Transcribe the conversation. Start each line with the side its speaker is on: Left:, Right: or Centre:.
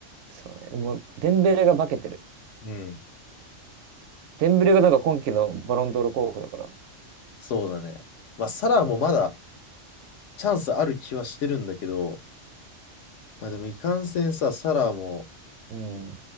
Right: そうね、もう、デンベレが化けてる。
Left: うん。
Right: デンベレがなんか今季のバロンドール候補だから。
Left: そうだね。まあ、サラーもまだ
Right: そ
Left: チャンスある気はしてるんだけど、まあでもいかんせんさ、サラーも、
Right: う、うん。